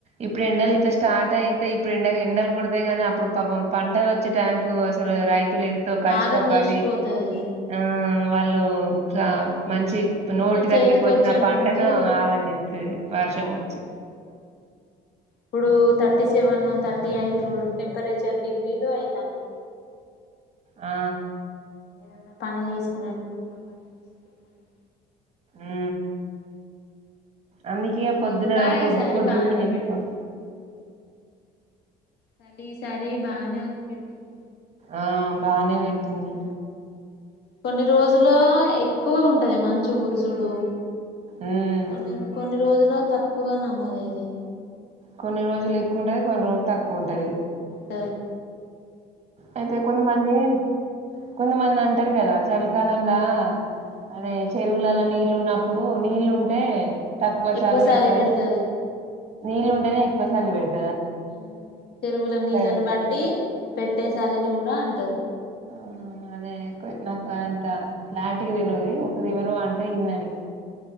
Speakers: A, on the right; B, on the left.
A: ఇప్పుడు ఎండలు ఇట్లా స్టార్ట్ అయితే ఇప్పుడు ఎండ ఎండలు కొడతాయి గానీ అప్పుడు పాపం పంటలు వచ్చే టైం కు అసలు రైతులు ఎంతో కష్టపడి
B: ఆగం చేసిపోతది
A: ఆ వాళ్ళు ట్లా మంచి
B: తీర
A: నోటి
B: చేతికొచ్చే
A: దగ్గరకి వచ్చిన పంటను
B: ముందు
A: ఆగం చేస్తది వర్షం
B: ఆగని చెప్తే
A: వచ్చి
B: ఇప్పుడు thirty seven thirty eight temperature డిగ్రీలు అయితాంది
A: ఆ
B: ఏదన్నా పని చేసుకునేటోళ్ళు కూడా పని చేసుకోకుండా
A: ఉ అందుకే
B: చలి
A: పొద్దున
B: కూడా
A: పొద్దు
B: ఈసారి
A: పొద్దునే
B: బానే
A: ఏసుకోవాలి
B: పెట్టింది చలి ఈసారి బాగనే ఒత్తిపెట్టింది
A: ఆ బానే పెట్టింది
B: కొన్ని రోజుల్లో ఎక్కువ ఉంటది మంచు కురుసుడు
A: ఉమ్
B: కొన్ని కొన్ని రోజులు తక్కువ నమోదయితది
A: కొన్ని రోజులు ఎక్కువ ఉంటది కొన్ని రోజులు తక్ కుంటది
B: ఆ
A: అయితే కొంతమంది కొంతమంది అంటారు కదా చల్ కాలంలా అదే చెరువులలో నీళ్లు ఉన్నప్పుడు నీళ్లు ఉంటే తక్కువ
B: ఎక్కువ
A: చాలి
B: సలి
A: పెడతాది
B: పెడతది
A: నీళ్ళు ఉంటేనే ఎక్కువ సలి పెడ్
B: ఉ చెరువుల నీళ్ళను
A: పెడతదా
B: బట్టి పెట్టే సలిని కూడా అంటారు
A: ఆ అదే కొ నాకు ట క్లారిటీగా తెలవది ఒకరు ఎవరో అంటే విన్న నేను